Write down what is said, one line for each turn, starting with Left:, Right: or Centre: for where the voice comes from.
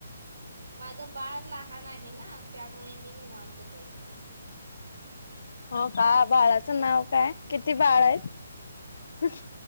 Right: माझं बाळ लहान आहे ना त्यामुळे मी निवांतच असते.
Left: हो का बाळाचं नाव काय किती बाळ आहेत. अच्